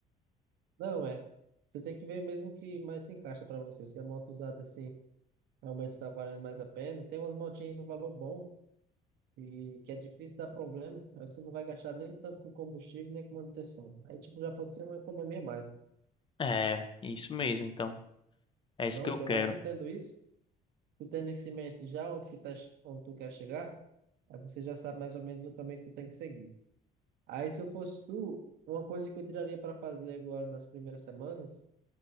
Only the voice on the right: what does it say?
não é. Você tem que ver mesmo o que mais se encaixa para você. Se a moto usada assim realmente está valendo mais a pena, tem umas motinhas no valor bom. E que é difícil dar problema, aí você não vai gastar nem tanto com combustível, nem com manutenção. Aí, tipo, já pode ser uma economia a mais. né?
Não,
show.
Mas tu tendo isso, Tu tem nesse mente já onde tu, tá, onde tu quer chegar, aí você já sabe mais ou menos o caminho que tu tem que seguir. Aí, se eu fosse tu, uma coisa que eu tiraria para fazer agora nas primeiras semanas